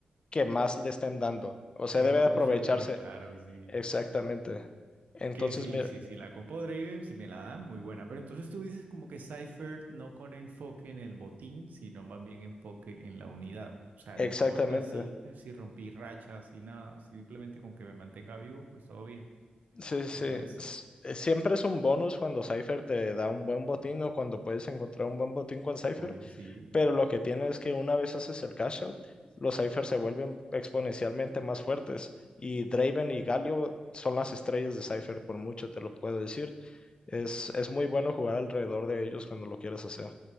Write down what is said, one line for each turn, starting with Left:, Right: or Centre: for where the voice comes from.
Left: que más le estén dando. O sea,
Right: Digo,
Left: debe
Right: mal
Left: aprovecharse.
Right: de suerte, claro, sí.
Left: Exactamente. Entonces,
Right: Es que sí,
Left: mira,
Right: sí, sí, la compo Draven, si me la dan, muy buena. Pero entonces tú dices como que Cypher no con enfoque en el botín, sino más bien enfoque en la unidad. O sea,
Left: exactamente.
Right: no importa si, si rompí rachas, si nada, simplemente con que me mantenga vivo, pues todo bien.
Left: Sí, sí.
Right: O sea,
Left: sí.
Right: no es,
Left: s- eh, Siempre es un bonus cuando Cypher te da un buen botín o cuando puedes encontrar un buen botín con Cypher.
Right: oye, sí.
Left: pero lo que tiene es que una vez haces el cash out, los ciphers se vuelven exponencialmente más fuertes y Draven y Galio son las estrellas de Cypher, por mucho te lo puedo decir. Es, es muy bueno jugar alrededor de ellos cuando lo quieras hacer.